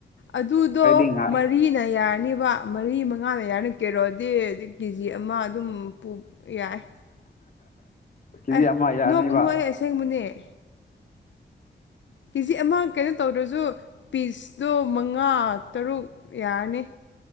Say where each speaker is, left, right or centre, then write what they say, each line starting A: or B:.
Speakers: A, on the left; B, on the left.
A: ꯑꯗꯨꯗꯣ
B: ꯑꯩꯗꯤ ꯉꯥꯏ
A: ꯃꯔꯤꯅ ꯌꯥꯔꯅꯤꯕ ꯃꯔꯤ ꯃꯉꯥꯅ ꯌꯥꯔꯅꯤ ꯀꯦꯔꯣꯗꯤ ꯀꯦꯖꯤ ꯑꯃ ꯑꯗꯨꯝ ꯌꯥꯏ
B: ꯀꯦꯖꯤ
A: ꯑꯦ
B: ꯑꯃ ꯌꯥꯅꯤꯕ
A: ꯅꯣꯛꯀꯅꯨ ꯑꯩ ꯑꯁꯦꯡꯕꯅꯦ ꯀꯦ ꯖꯤ ꯑꯃ ꯀꯩꯅꯣ ꯇꯧꯗ꯭ꯔꯁꯨ ꯄꯤꯁꯇꯣ ꯃꯉꯥ ꯇꯔꯨꯛ ꯌꯥꯔꯅꯤ